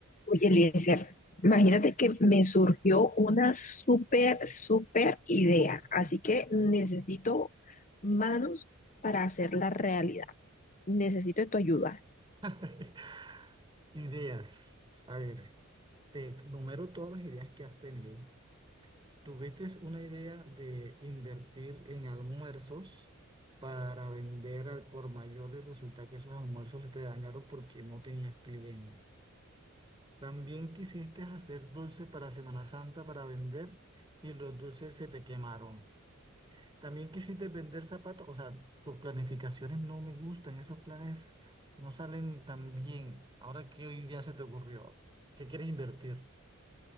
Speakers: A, on the left; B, on the right.
A: Oye, Eliezer, imagínate que me surgió una súper, súper idea, así que necesito manos para hacerla realidad. Necesito tu ayuda.
B: <laughs> Ideas. A ver, te numero todas las ideas que has tenido. ¿Tuviste una idea de invertir en almuerzos para vender al por mayor y resulta que esos almuerzos se te dañaron porque no tenías cliente? También quisiste hacer dulce para Semana Santa para vender y los dulces se te quemaron. También quisiste vender zapatos, o sea, tus planificaciones no me gustan, esos planes no salen tan bien. Ahora, ¿qué hoy día se te ocurrió? ¿Qué quieres invertir?